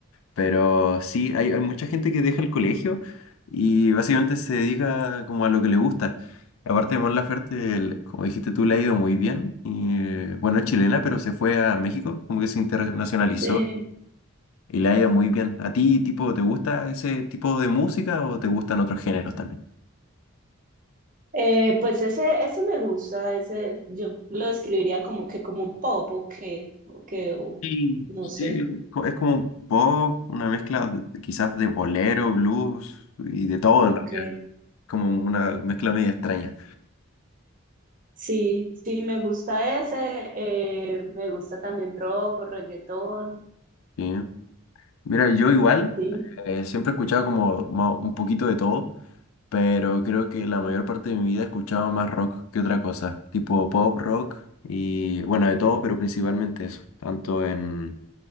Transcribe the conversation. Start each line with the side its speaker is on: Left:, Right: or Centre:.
Left: Pero sí,
Right: Ujú.
Left: hay, hay mucha gente que deja el colegio y básicamente se dedica como a lo que le gusta. Aparte de Mon Laferte, el- como dijiste tú, le ha ido muy bien. Y, eh, bueno, es chilena, pero se fue a México, como que se internacionalizó
Right: Sí.
Left: y le ha ido muy bien. ¿A ti, tipo, te gusta ese tipo de música o te gustan otros géneros también?
Right: Eh, pues ese, eso me gusta, ese, yo lo describiría como que como un pop o que, o que, o-
Left: Sí,
Right: no
Left: sí,
Right: sé,
Left: co- es como un pop, una mezcla de- quizás de bolero, blues y de todo
Right: ok.
Left: en realidad. Como una mezcla media extraña.
Right: Sí, sí me gusta ese, eh, me gusta también rock o reggaetón,
Left: Sí. Mira, yo igual
Right: sí.
Left: eh, siempre he escuchado como ma- un poquito de todo, pero creo que la mayor parte de mi vida he escuchado más rock que otra cosa, tipo pop, rock y bueno, de todo, pero principalmente eso, tanto en,